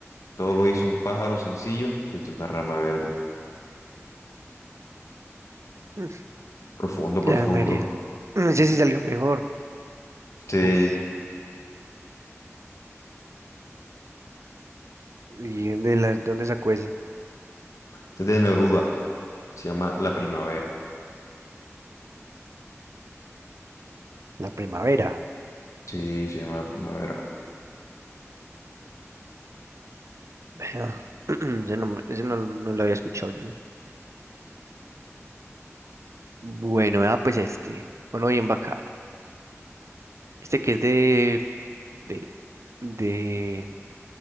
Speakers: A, on the left; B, on the right.
A: todo lo hizo un pájaro sencillo desde una rama verde.
B: <laughs>
A: Profundo, profundo.
B: Mm, Ya, María. <clears throat> No sé si salió mejor.
A: Este,
B: Uf, ¿y dónde, la- dónde sacó ese?
A: este es de Neruda, se llama La Primavera.
B: La primavera.
A: Sí, se llama La Primavera.
B: Vea. <clears throat> Ese no, me- ese no, no lo había escuchado yo. Bueno, ah, pues este. Uno bien bacano. Este que es de, de, de,